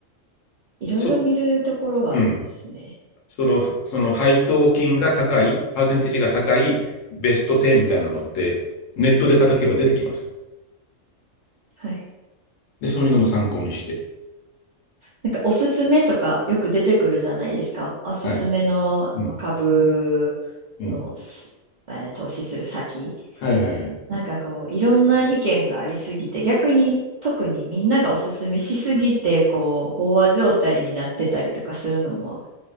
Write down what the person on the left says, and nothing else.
そ、うん。その、その配当金が高い、パーセンテージが高いベスト10みたいなのって、ネットで叩けば出てきますよ。
で、そういうのも参考にして。
はい。
うん。うん。
はいはいはい。